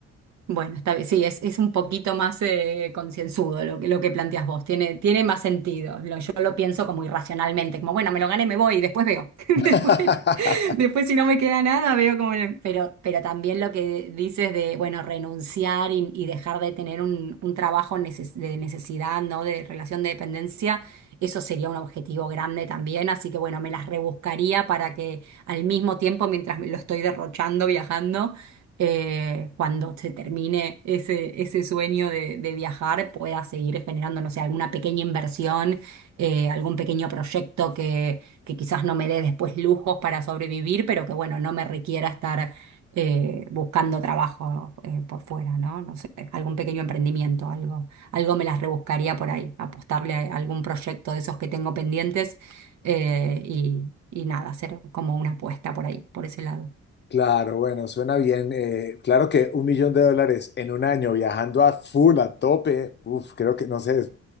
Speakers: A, on the right; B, on the left.
A: Bueno, está bien. Sí, es, es un poquito más eh, concienzudo lo que, lo que planteas vos. Tiene, tiene más sentido. Lo- yo lo pienso como irracionalmente, como bueno, me lo gané, me voy y después veo. <laughs>
B: <laughs>
A: Después, si no me queda nada, veo como. no. Pero, pero también lo que dices de, bueno, renunciar y, y dejar de tener un, un trabajo neces- de necesidad, ¿no? De relación de dependencia, eso sería un objetivo grande también. Así que, bueno, me las rebuscaría para que al mismo tiempo, mientras me lo estoy derrochando viajando, eh, cuando se termine ese, ese sueño de, de viajar, pueda seguir generando, no sé, alguna pequeña inversión, eh, algún pequeño proyecto que quizás no me dé después lujos para sobrevivir, pero que bueno, no me requiera estar eh, buscando trabajo eh, por fuera, ¿no? No sé, algún pequeño emprendimiento, algo, algo me las rebuscaría por ahí, apostarle a algún proyecto de esos que tengo pendientes eh, y, y nada, hacer como una apuesta por ahí, por ese lado.
B: Claro, bueno, suena bien. Eh, claro que un millón de dólares en un año viajando a full, a tope, uf, creo que no sé,